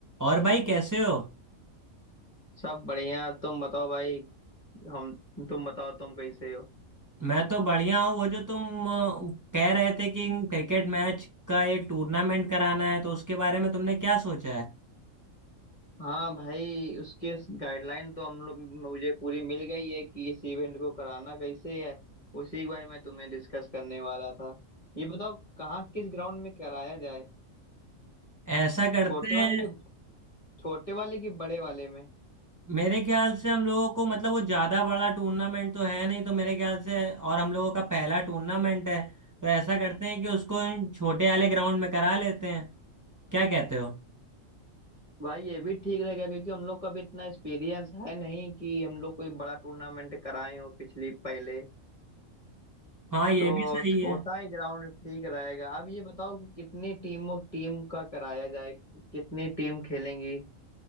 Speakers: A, on the right; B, on the left.
A: और भाई कैसे हो
B: सब बढ़िया तुम बताओ भाई हम तुम बताओ तुम कैसे हो
A: मैं तो बढ़िया हूँ वो जो तुम अ, कह रहे थे कि क्रिकेट मैच का एक टूर्नामेंट कराना है तो उसके बारे में तुमने क्या सोचा है
B: हाँ भाई उसके गाइडलाइन तो हम लोग मुझे पूरी मिल गई है कि इस इवेंट को कराना कैसे है उसी के बारे में तुम्हें डिस्कस करने वाला था ये बताओ कहाँ किस ग्राउंड में कराया जाए
A: ऐसा करते
B: छोटे वाले
A: हैं
B: की छोटे वाले की बड़े वाले में
A: मेरे ख्याल से हम लोगों को मतलब वो ज्यादा बड़ा टूर्नामेंट तो है नहीं तो मेरे ख्याल से और हम लोगों का पहला टूर्नामेंट है तो ऐसा करते हैं कि उसको छोटे वाले ग्राउंड में करा लेते हैं क्या कहते हो
B: भाई ये भी ठीक रहेगा क्योंकि हम लोग का भी इतना एक्सपीरियंस है नहीं कि हम लोग कोई बड़ा टूर्नामेंट कराए हो पिछली पहले
A: हाँ ये
B: तो
A: भी सही
B: छोटा
A: है
B: ही ग्राउंड ठीक रहेगा अब ये बताओ कि कितनी टीमों टीम का कराया जाए कितनी टीम खेलेंगी